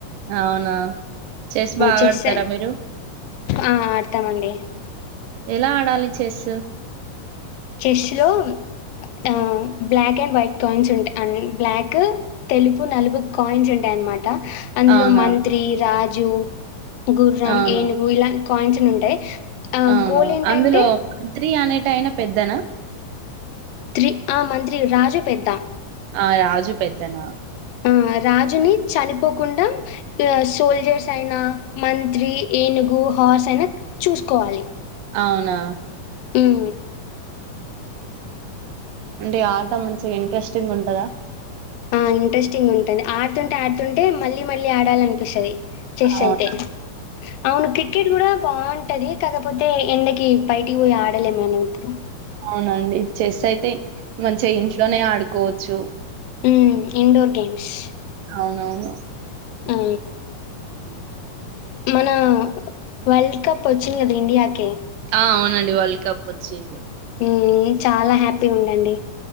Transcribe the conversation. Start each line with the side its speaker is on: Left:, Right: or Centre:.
Right: అవునా చ్చేస్ బాగాడతారా
Left: చెస్
Right: మీరు
Left: ఆ! ఆడతామండి.
Right: ఎలా ఆడాలి చెస్సు
Left: చెస్ లో ఆ బ్లాక్ అండ్ వైట్ కాయిన్స్ ఉంటా అం బ్లాక్ తెలుపు నలుగు కాయిన్స్ ఉంటాయన్నమాట్ ట అందులో
Right: అవునా
Left: మంత్రి రాజ్ జు గుర్రం
Right: అవును
Left: ఏనుగు ఇలా కాయిన్స్ ఉంటాయి ఆ
Right: అవును
Left: గోల్ ఏంటంటే
Right: అందులో మంత్రి అనే మీ అయిన పెద్దనా
Left: త్రి ఆ మంత్రి రాజు పెద్ద
Right: ఆ రాజు పెద్దనా
Left: ఆ రాజుని చనిపోకుండా ఆ సోల్జర్స్ అయినా మంత్రి ఏనుగు హార్స్ అయినా చూసుకోవాలి
Right: అవునా
Left: హు
Right: అంటే ఆట మంచిగ ఇంట్రెస్టింగా ఉంటదా
Left: ఆ ఇంట్రెస్టింగ్ ఉంటది ఆడుతుంటే ఆడుతుంటే మళ్ళీ మళ్ళీ ఆడాలి అనిపిస్తది చేస్స్
Right: అవును
Left: అయితే అవును క్రికెట్ కూడా బాగుంటది కాకపోతే ఎండకి బయటికి పోయి ఆడలేం మనం ఇప్పుడు
Right: అవునండి చెస్ అయితే మంచిగా ఇంట్లోనే ఆడుకోవచ్చు
Left: మ్ ఇండోర్ గేమ్స్
Right: అవునవును
Left: మ్
Right: మ్
Left: మన వరల్డ్ కప్ వచ్చింది కదా ఇండియాకి
Right: ఆ అవునం వరల్డ్ కప్ వచ్చింది
Left: మ్ చాలా హ్యాపీ ఉందండి